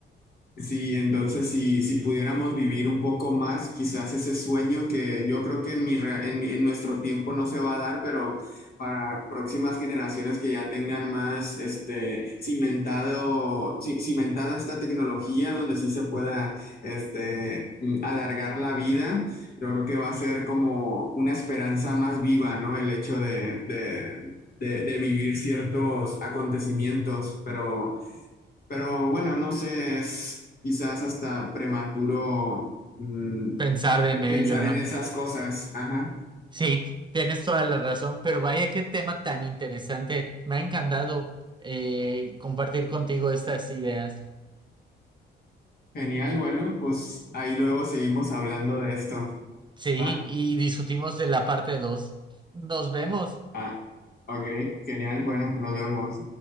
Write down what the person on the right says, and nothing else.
Pensar en
ello,
¿no?
Sí, tienes toda la razón, pero vaya qué tema tan interesante. Me ha encantado eh, compartir contigo estas ideas.
Sí,
y discutimos de la parte 2. Nos vemos.